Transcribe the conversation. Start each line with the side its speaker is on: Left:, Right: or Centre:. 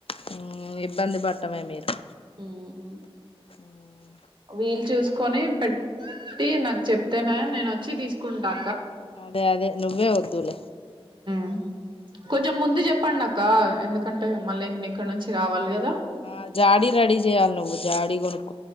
Left: హమ్ ఇబ్బంది పట్టమే మీరు
Right: హ్మ్ హ్మ్.
Left: ఉమ్
Right: వీలు చూస్కోని పెట్టి నాక్ చెప్తేనే నేను ఒచ్చి తీస్కుంటా
Left: దె అదే నువ్వే ద్ధూలే
Right: <inaudible> కొంచం ముందు చెప్పండి అక్కా ఎందుకంటే మళ్ళీ న్ ఇక్కనుంచి రావాలి గద్
Left: ఆ జాడి రెడి చేయ్యాలి నువ్వు జాడి కొన్